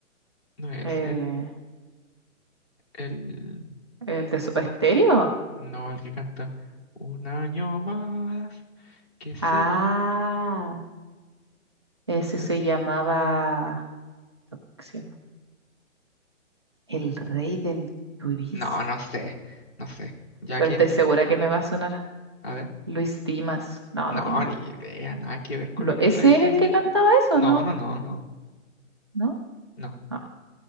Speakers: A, on the left; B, on the right.
A: No es
B: Eh,
A: él, el...
B: ¿el de su estéreo?
A: No, el que canta Un año más que se
B: Ah.
A: va. Una...
B: Ese se llamaba, ¿qué se llama? El Rey del Twist.
A: No, no sé, no sé. ¿Ya
B: Pero
A: quién?
B: estoy segura que me va a sonar
A: A ver.
B: Luis Dimas. No,
A: No,
B: no tengo
A: ni
B: idea.
A: idea, nada que ver con
B: No,
A: lo que
B: ¿ese
A: está diciendo
B: es el que
A: yo.
B: cantaba eso,
A: No,
B: no?
A: no, no, no,
B: ¿No?
A: no.
B: No.